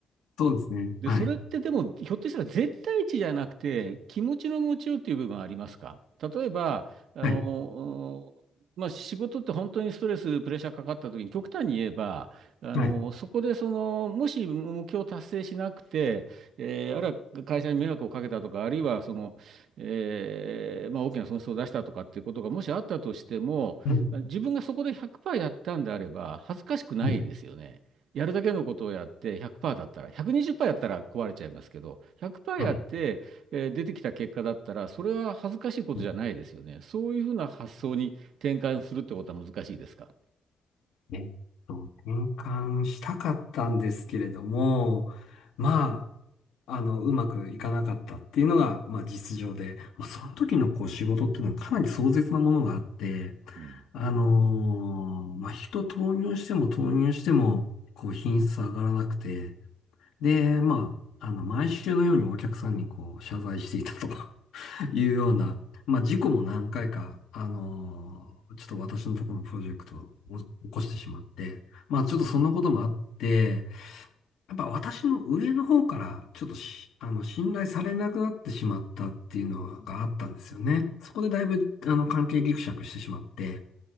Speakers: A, on the left; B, on the right.
A: そうですね。
B: で、
A: はい。
B: それってでも、ひょっとしたら絶対値じゃなくて、気持ちの持ちようっていう部分はありますか例えば、あの、
A: はい。
B: まあ、仕事って本当にストレス、プレッシャーかかった時に、極端に言えば、あの、
A: はい。
B: そこでその、もし目標を達成しなくて、えーあるいは会社に迷惑をかけたとか、あるいはその、えーまあ、大きな損失を出したとかっていうことがもしあったとしても、
A: うん。
B: 自分がそこで100%やったんであれば、恥ずかしくないですよね。
A: うん
B: やるだけのことをやって100%だったら、120%やったら壊れちゃいますけど、100%
A: はい。
B: やって、えー出てきた結果だったら、それは恥ずかしいことじゃないですよね。
A: うん
B: そういうふうな発想に転換するってことは難しいですか
A: えっと、転換したかったんですけれども、まあ、あの、うまくいかなかったっていうのが、まあ、実情で、まあ、その時のこう、仕事っていうのはかなり壮絶なものがあって、
B: うん。
A: あのーまあ、人投入しても投入しても、こう、品質上がらなくて、で、まあ、あの、毎週のようにお客さんにこう、謝罪していたと <laughs> いうような、まあ、事故も何回か、あのーちょっと私のところのプロジェクトを起こしてしまって、まあ、ちょっとそんなこともあって、やっぱ私の上の方から、ちょっとし、あの、信頼されなくなってしまったっていうのがあったんですよね。そこでだいぶ、あの、関係ギクシャクしてしまって、